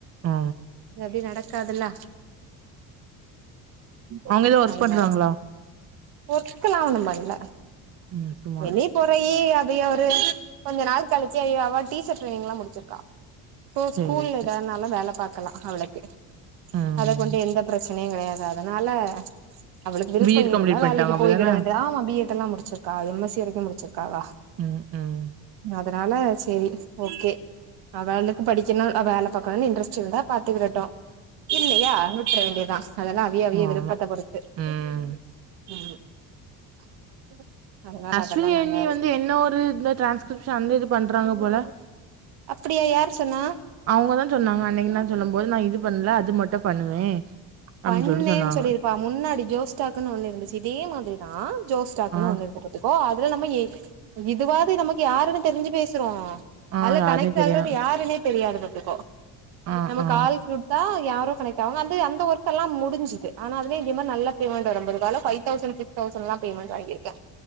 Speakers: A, on the right; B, on the right.
A: ஆ
B: அது அப்டி நடக்காதுல்லா
A: அவங்க ஏதோ ஒர்க்
B: அது
A: பண்றாங்களா
B: நட ஒர்க்லா ஒண்ணு பண்ல
A: ம் சும்மாதா
B: வெளி குறையி அதைய ஒரு கொஞ்ச நாள் கழிச்சி ஐயோ அவ டீச்சர் ட்ரைனிங்லா முடிச்சிருக்கா சோ
A: சேரி
B: ஸ்கூல்ல
A: சேரி
B: ஏதானாலு வேல பாக்கலா அவளுக்கு
A: ம்
B: அத கொண்டு எந்த பிரச் கிடையாது அதனால அவளுக்கு விருப்போ
A: பி எட் கம்ப்ளீட்
B: இருந்தா
A: பண்ட்டாங்க
B: வேலைக்கு
A: அப்டிதான
B: போய்கிட வேண்டியது ஆமா பி ஏ எல்லா முடிச்சிருக்கா எம் எஸ் சி வரைக்கு முடிச்சிருக்காலா
A: ம் ம்
B: அதனால செரி ஓகே அவளுக்கு படிக்கணு வேல பாக்கணும்னு இன்ட்ரெஸ்ட் இருந்தா பாத்துக்கிறட்டு இல்லையா விட்ரவேண்டியதா அதெல்லா விய விய
A: ஆமா
B: விருப்பத்த பொருத்து
A: ம்
B: ம்
A: <inaudible>
B: அதனால
A: அஸ்வினி
B: அதெல்லா நாங்க
A: அண்ணி வந்து என்ன ஒரு இந்த ட்ரான்ஸ்கிரிப்ஷன் அந்த இது பண்றாங்க போல
B: அப்டியா யார் சொன்னா
A: அவுங்கதா சொன்னாங்க அன்னைக்கு நா சொல்லு போது நா இது பண்ணல அது மட்டு பண்ணுவே அப்டின்னு
B: பண்ணேன்னு
A: சொல்லிட்டு சொன்னாங்க
B: சொல்லிருப்பா முன்னாடி ஜோஸ்டாக்குன்னு ஒண்ணு இருந்துச்சு இதே மாதிரிதா ஜோஸ்டாக்னு
A: ஆ
B: ஒண்ணு இருந்தது ஓ அதுல நம்மயி இதுவாது நமக்கு யாருன்னு தெரிஞ்சு பேசுறோ
A: ஆ
B: அதுல
A: யாருனே
B: கனெக்ட்
A: தெரியா
B: ஆகுறது யாருன்னே தெரியாது பாத்துக்கோ
A: ஆ
B: நம்ம
A: ஆ
B: கால் தா யாரோ கனெக்ட் ஆவாங்க அது அந்த ஒர்க் எல்லா முடிஞ்சுது ஆனா அதில இவ நல்ல பேமெண்ட் வரும்போதுல பைவ் தௌசண்ட் சிக்ஸ் தௌசண்ட்லா பேமெண்ட் வாங்கிருக்கே